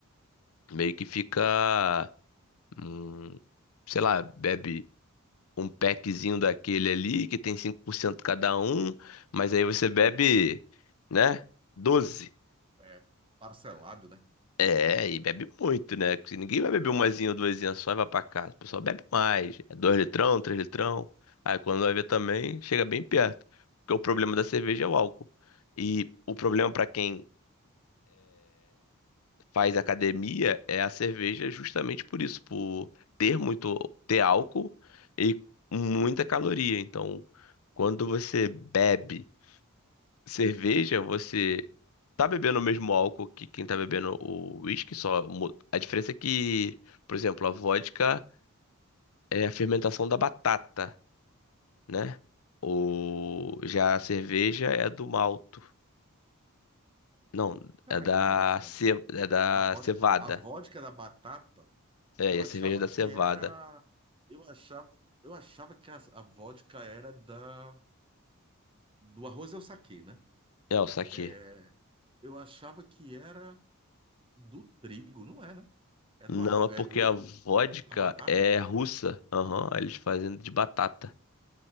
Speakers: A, on the left; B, on the right.
A: meio que fica, hum, sei lá, bebe um packzinho daquele ali, que tem 5% cada um, mas aí você bebe, né? doze
B: é parcelado, né?
A: É, e bebe muito, né? Porque Ninguém vai beber umazinha ou duasinha só e vai pra casa. O pessoal bebe mais. É dois litrão, três litrão. Aí quando vai ver também, chega bem perto. Porque o problema da cerveja é o álcool. E o problema pra quem faz academia é a cerveja justamente por isso, por ter muito, ter álcool e muita caloria. Então, quando você bebe cerveja, você tá bebendo o mesmo álcool que quem tá bebendo o whisky, só mu- a diferença é que, por exemplo, a vodka é a fermentação da batata, né? O já a cerveja é do malto. Não,
B: Cara,
A: é da
B: que interessante.
A: ce... é da
B: A vodka,
A: cevada.
B: a vodka da batata,
A: É,
B: eu
A: e a
B: achava
A: cerveja é da
B: que
A: cevada.
B: era. Eu achava, eu achava que a, a vodka era da, do arroz e o saquê, né?
A: É o saquê.
B: É, eu achava que era do trigo, não é, né? É do
A: Não,
B: arroz,
A: é
B: é
A: porque
B: do
A: a vodka
B: da batata.
A: é russa. Aham, eles fazem de batata.